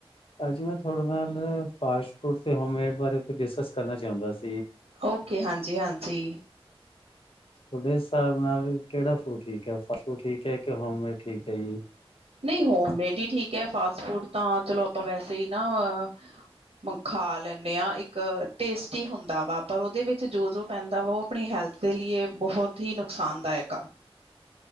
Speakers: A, on the left; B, on the right.
A: ਅੱਜ ਮੈਂ ਤੁਥਹਾਡੇ ਨਾਲ ਫਾਸਟ ਫੂਡ ਹੋਮਮੇਡ ਬਾਰੇ ਕੁਛ ਡਿਸਕਸ ਕਰਨਾ ਚਾਹੁੰਦਾ ਸੀ
B: ਓਕੇ ਹਾਂਜੀ ਹਾਂਜੀ
A: ਤੁਹਾਡੇ ਹਿਸਾਬ ਨਾਲ ਕਿਹੜਾ ਫੂਟ ਠੀਕ ਹੈ ਫਾਸਟ ਫੂਡ ਠੀਕ ਹੈ ਕਿ ਹੋਮੇਡ ਠੀਕ ਹੈ ਜੀ
B: ਨਹੀਂ ਹੋਮਮੇਡ ਹੀ ਠੀਕ ਹੈ ਫਾਸ ਫੂਡ ਤਾਂ ਚਲੋ ਆਪਾਂ ਵੈਸੇ ਹੀ ਨਾ ਖਾ ਲੈਂਦੇ ਹਾਂ ਇੱਕ ਟੇਸਟੀ ਹੁੰਦਾ ਵਾ ਪਰ ਉਹਦੇ ਵਿੱਚ ਜੋ ਜੋ ਪੈਂਦਾ ਵਾ ਉਹ ਆਪਣੀ ਹੈਲਥ ਦੇ ਲ ਬਹੁਤ ਹੀ ਨੁਕਸਾਨਦਾਇਕ ਆ